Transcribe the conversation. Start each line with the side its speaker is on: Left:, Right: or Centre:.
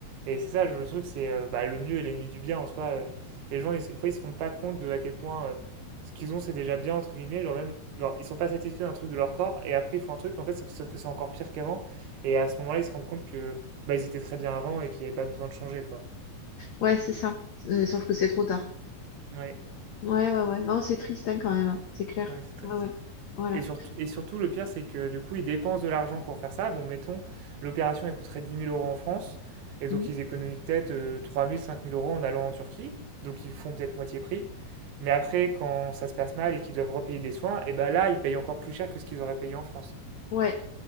Right: Et c'est ça, je- le truc, c'est euh, bah, le mieux est l'ennemi du bien en soi. euh, les gens, ils, des fois, ils se rendent pas compte de à quel point euh, ce qu'ils ont, c'est déjà bien, entre guillemets. Genre, même, genre, ils sont pas satisfaits d'un truc de leur corps, et après, ils font un truc, en fait, sauf, sauf que c'est encore pire qu'avant. Et à ce moment-là, ils se rendent compte que, bah, ils étaient très bien avant et qu'il n'y avait pas besoin de changer, quoi.
Left: Ouais, c'est ça. Euh, sauf que c'est trop tard.
Right: Ouais,
Left: Ouais, ouais, ouais. Non, c'est triste hein, quand même, hein. C'est clair.
Right: ouais, c'est triste.
Left: Ouais, ouais. Voilà.
Right: Et surtout et surtout, le pire, c'est que du coup, ils dépensent de l'argent pour faire ça. Bon, mettons, l'opération, elle coûterait dix mille euros en France. Et donc,
Left: Mm.
Right: ils économisent peut-être euh, 3 000, 5 000 euros en allant en Turquie. Donc, ils font peut-être moitié prix. Mais après, quand ça se passe mal et qu'ils doivent repayer des soins, et ben là, ils payent encore plus cher que ce qu'ils auraient payé en France.
Left: Ouais.